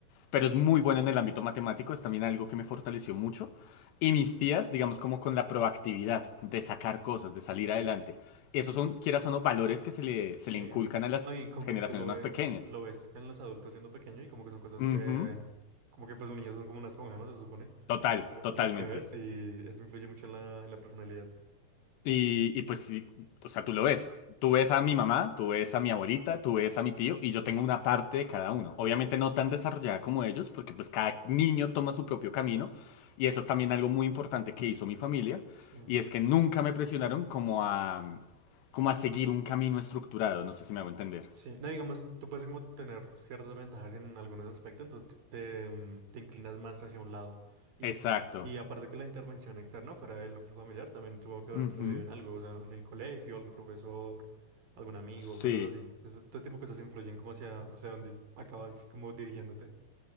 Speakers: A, on the left; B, on the right.
A: pero es muy bueno en el ámbito matemático, es también algo que me fortaleció mucho, y mis tías, digamos como con la proactividad de sacar cosas, de salir adelante, esos son, quieras o no, valores que se le, se
B: Sí.
A: le inculcan a las
B: No, y como
A: generaciones
B: tú lo
A: más
B: ves,
A: pequeñas.
B: lo ves en los adultos siendo pequeño y como que son cosas
A: Ujú,
B: que... Como que pues los niños son como una esponja, ¿no? Se supone.
A: Total,
B: Como
A: totalmente.
B: que lo que ves y eso influye mucho en la, en la personalidad.
A: Y, y pues, sí, o sea, tú lo ves. Tú ves a mi mamá, tú ves a mi abuelita, tú ves a mi tío y yo tengo una parte de cada uno. Obviamente no tan desarrollada como ellos, porque pues cada niño toma su propio camino. Y eso es también algo muy importante que hizo mi familia.
B: Sí.
A: Y es que nunca me presionaron como a, como a seguir un camino estructurado. No sé si me hago entender.
B: Sí, no digamos, tú puedes como tener ciertas ventajas en algunos aspectos, entonces tú te, mm, te inclinas más hacia un lado. Y,
A: Exacto.
B: y aparte que la intervención externa fuera del núcleo familiar también tuvo que haber
A: Ujú,
B: influido en algo, o sea, en el colegio, algún profesor, algún amigo,
A: Sí.
B: cosas así. Eso, todo tipo de cosas influyen como hacia, hacia donde acabas como dirigiéndote.